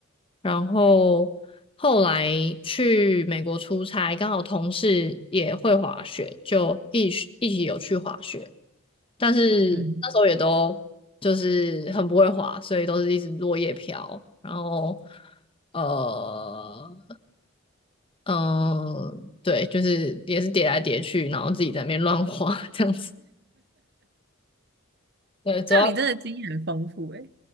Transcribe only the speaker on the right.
嗯。嗯
这样你真的经验很丰富哎，